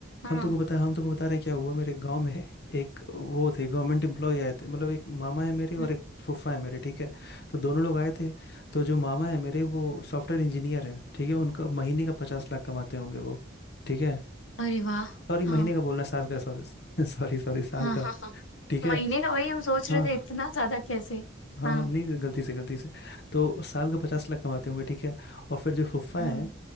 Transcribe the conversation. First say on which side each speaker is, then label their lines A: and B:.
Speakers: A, on the left; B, on the left.
A: हाँ
B: हम तुमको बता हम तुमको बता रहे हैं क्या हुआ मेरे गांव में एक वो थे गवर्नमेंट एम्प्लॉय आए थे मतलब एक मामा है मेरे
A: हम्म,
B: और एक फूफा है मेरे ठीक है तो दोनों लोग आए थे तो जो मामा है मेरे वो सॉफ्टवेयर इंजीनियर है ठीक है उनका महीने का पचास लाख कमाते होंगे वो ठीक है
A: अरे वाह
B: सॉरी महीने
A: हाँ
B: का बोलना साल का सॉरी <laughs> सॉरी सॉरी साल
A: हाँ
B: का
A: हाँ हाँ
B: ठीक है
A: महीने का वही हम सोच
B: हाँ
A: रहे थे इतना ज्यादा कैसे
B: हाँ
A: हाँ
B: हाँ, नहीं गलती से गलती से तो साल का पचास लाख कमाते होंगे ठीक है और फिर जो फुफ्फा
A: हाँ
B: है